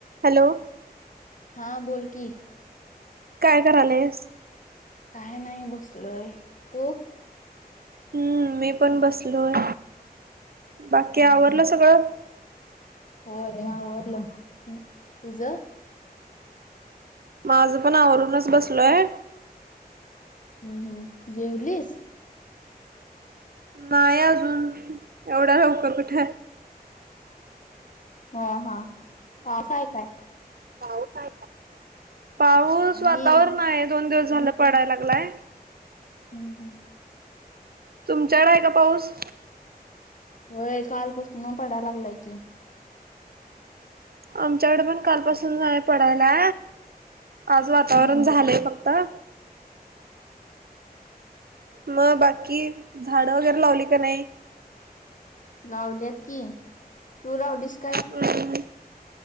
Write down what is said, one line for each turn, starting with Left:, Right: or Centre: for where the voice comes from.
Right: Hello
Left: हा बोल की
Right: काय करालेस
Left: काय नाही बसलोय तू
Right: हम्म मी पण बसलोय बाकी
Left: हा
Right: आवरलं
Left: हा
Right: सगळं
Left: होय आवरल तुझ
Right: माझ पण आवरूनच बसलोय
Left: हम्म हम्म जेवलीस
Right: नाही अजून एवढया लवकर कुठ
Left: हा हा पाऊस आहे काय
Right: पाऊस हाय काय पाऊस वातावरण
Left: मी
Right: आहे दोन दिवस झाल पडाय लागलाय
Left: हु हु
Right: तुमच्याकड आहे का पाऊस
Left: होय कालपासन पडायला लागलाय की
Right: आमच्याकडे पण कालपासून पडायला आज वातावरण
Left: हम्म
Right: झालय बग अ मग बाकी झाड वगैरे लावली का नाही
Left: लावल्यात की तू लावलीस काय
Right: मी